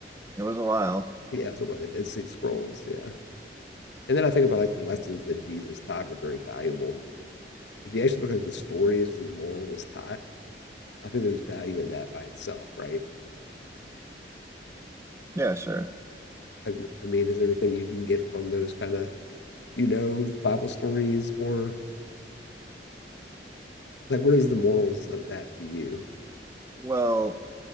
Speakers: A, on the right (about 15°); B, on the left (about 85°).
A: It was a while.
B: Yeah, so one of the Dead Sea Scrolls. Yeah, and then I think about like the lessons that Jesus taught are very valuable. If you actually look at the stories and the morals taught, I think there's value in that by itself, right?
A: Yeah, sure.
B: Like, I mean, is there anything you can get from those kind of you know Bible stories or like what is the morals of that to you?
A: Well,